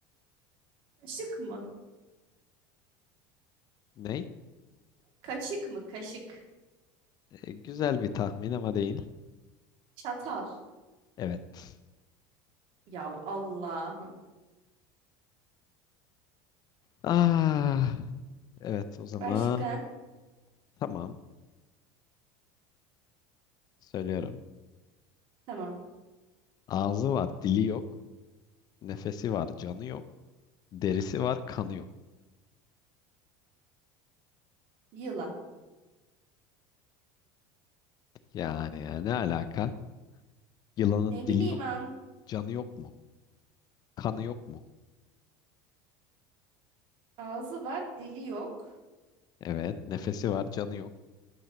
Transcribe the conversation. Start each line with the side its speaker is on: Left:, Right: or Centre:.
Right: Kaşık mı?
Left: Ne?
Right: Kaşık mı? Kaşık.
Left: E, güzel bir tahmin ama değil.
Right: Çatal.
Left: Evet.
Right: Ya Allah'ım.
Left: Ah, evet o zaman
Right: Başka?
Left: tamam söylüyorum.
Right: Tamam.
Left: Ağzı var dili yok. Nefesi var canı yok. Derisi var kanı yok.
Right: Yılan.
Left: Yani ya ne alaka? Yılanın
Right: Ne
Left: dili
Right: bileyim
Left: yok
Right: an.
Left: mu? Canı yok mu? Kanı yok mu?
Right: Ağzı var, dili yok.
Left: Evet nefesi var canı yok.